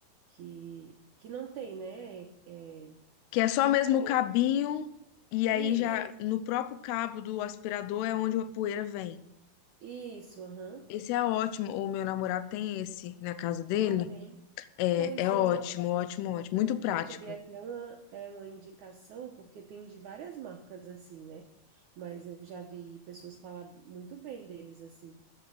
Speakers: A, on the right; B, on the left.
A: que que não tem, né? É, é,
B: que é só mesmo o cabinho, e aí
A: isso,
B: já no próprio cabo do aspirador é onde a poeira vem.
A: isso. Aham.
B: Esse é ótimo. O meu namorado tem esse na casa dele.
A: Ah, tem.
B: É,
A: Pois
B: é ótimo,
A: é.
B: ótimo, ótimo. Muito
A: Eu,
B: prático.
A: eu queria até uma, é, uma indicação, porque tem de várias marcas assim, né? Mas eu já vi pessoas falar muito bem deles assim.